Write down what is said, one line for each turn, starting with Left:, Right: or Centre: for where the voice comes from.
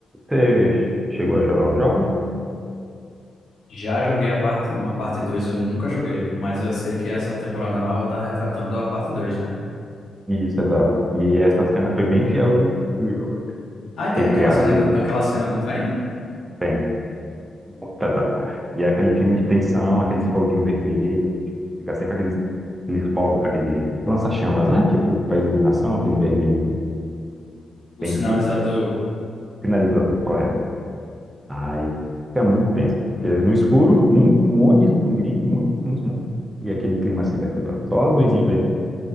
Right: você chegou a jogar o jogo?
Left: já joguei a parte um a parte 2 eu nunca joguei, mas eu sei que essa temporada nova tá retratando a parte dois né?
Right: Isso, exato. E essa cena foi bem fiel do, do jogo.
Left: Ah, e tem
Right: Recriar
Left: aquela cena do, aquela cena do trem?
Right: Tem, muito pesada. E é aquele filme de tensão, aqueles foguinho vermelho, fica sempre aqueles, aqueles fogos, aquele lança-chamas, né? Tipo, para iluminação, aquele vermelho
Left: O
Right: bem
Left: sinalizador.
Right: típico, finalizador, correto. Aí fica muito tenso, porque no escuro, um, um monte de zumbi, muitos, muitos, muitos, e aquele clima assim daquele, ó, só a luzinha vermelha,